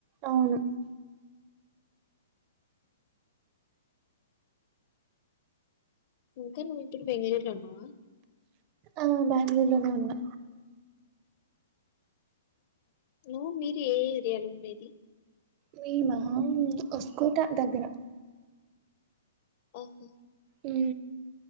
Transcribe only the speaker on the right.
అవును
ఆ బ్యాంగుళూరులోనే ఉన్నా
మేమా ఒసుకోట దగ్గర
ఊ